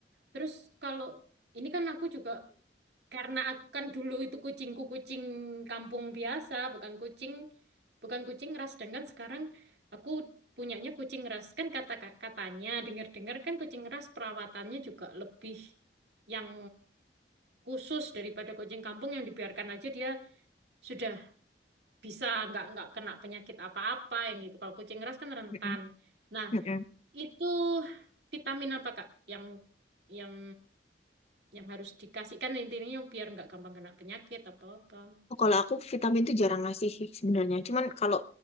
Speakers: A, on the right (about 65°); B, on the left (about 35°).
A: Terus kalau ini kan aku juga Karena akan dulu itu kucingku kucing kampung biasa, bukan kucing bukan kucing ras dengan sekarang aku punyanya kucing ras. Kan kata katanya dengar-dengar kan kucing ras perawatannya juga lebih yang khusus daripada kucing kampung yang dibiarkan aja dia sudah bisa nggak nggak kena penyakit apa-apa yang gitu. Kalau kucing ras kan rentan.
B: Mm-mm,
A: Nah,
B: mm-mm.
A: itu vitamin apa Kak yang yang yang harus dikasihkan intinya biar nggak gampang kena penyakit atau apa.
B: kalau aku vitamin tuh jarang ngasih sih sebenarnya cuman kalau